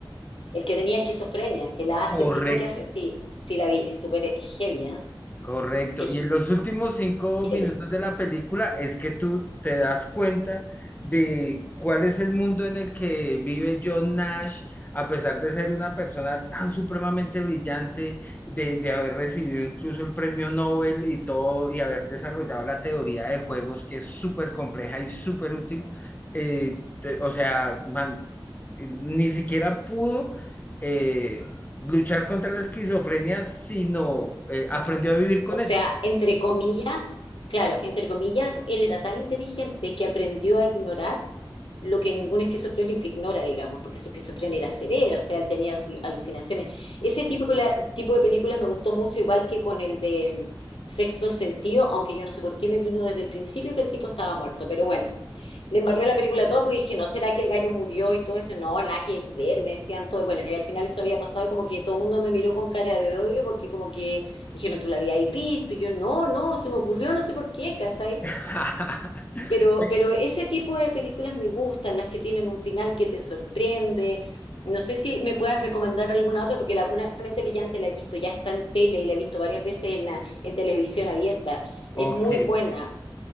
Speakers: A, on the left; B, on the left.
A: El que tenía esquizofrenia, que la hace
B: correcto.
A: el mismo que hace, sí, sí la vi, es súper es heavy, ¿ah?
B: Correcto.
A: Es
B: Y en los últimos cinco
A: heavy.
B: minutos de la película es que tú te das cuenta de cuál es el mundo en el que vive John Nash, a pesar de ser una persona tan supremamente brillante, de, de haber recibido incluso el premio Nobel y todo, y haber desarrollado la teoría de juegos, que es súper compleja y súper útil. Eh, te- o sea, man- ni siquiera pudo. eh, luchar contra la esquizofrenia, sino eh, aprendió a vivir con
A: O sea,
B: ella.
A: entre comillas, claro, entre comillas, él era tan inteligente que aprendió a ignorar lo que ningún esquizofrénico ignora, digamos, porque su esquizofrenia era severa, o sea, él tenía su- alucinaciones. Ese tipo, que la- tipo de películas me gustó mucho, igual que con el de Sexto Sentido, aunque yo no sé por qué me vino desde el principio que el tipo estaba muerto, pero bueno. Le embarré la película a todo porque dije, no, ¿será que el gallo murió y todo esto? No, nada que ver, me decían todo. Bueno, y al final eso había pasado y como que todo el mundo me miró con cara de odio porque como que dijeron, tú la habías visto. Y yo, no, no, se me ocurrió, no sé por qué, ¿cachai?
B: <laughs>
A: Pero, pero ese tipo de películas me gustan, las que tienen un final que te sorprende. No sé si me puedas recomendar alguna otra, porque la, Una mente brillante la he visto, ya está en tele y la he visto varias veces en, la- en televisión abierta. Es
B: Ok,
A: muy buena.